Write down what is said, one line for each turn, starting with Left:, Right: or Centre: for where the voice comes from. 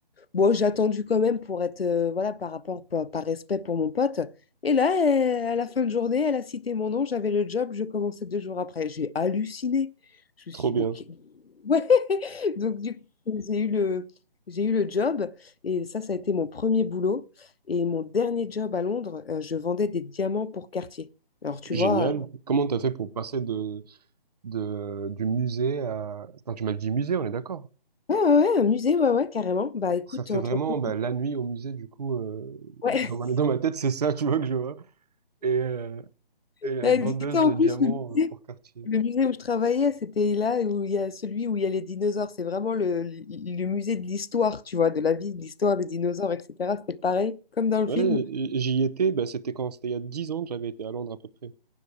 Left: Bon, j'ai attendu quand même pour être, euh, voilà, par rapport, par, par respect pour mon pote. Et là, elle- à la fin de journée, elle a cité mon nom, j'avais le job, je commençais deux jours après. J'ai halluciné. Je me
Right: Trop
Left: suis
Right: bien.
Left: dit, mais... qu'est- Ouais! <laughs> Donc, du coup, j'ai eu le, j'ai eu le job. Et ça, ça a été mon premier boulot. Et mon dernier job à Londres, euh, je vendais des diamants pour Cartier. Alors, tu
Right: Génial.
Left: vois,
Right: Comment t'as fait pour passer de, de, du musée à... Attends, tu m'as dit musée, on est d'accord.
Left: euh, ouais, ouais, ouais, un musée, ouais, ouais, carrément. Bah, écoute,
Right: Ça fait
Left: entre-temps,
Right: vraiment bah, la nuit au musée, du coup, euh,
Left: ouais,
Right: dans ma, dans ma tête, c'est ça, tu vois, que je vois. Et, euh, et
Left: <laughs>
Right: la vendeuse
Left: dis en
Right: de diamants
Left: plus,
Right: euh, pour Cartier.
Left: Le musée où je travaillais, c'était là où il y a celui où il y a les dinosaures. C'est vraiment le, le- le musée de l'histoire, tu vois, de la vie, de l'histoire des dinosaures, etc. C'était pareil, comme dans le
Right: Ouais,
Left: film.
Right: j'y étais, bah, c'était quand? C'était il y a 10 ans que j'avais été à Londres à peu près.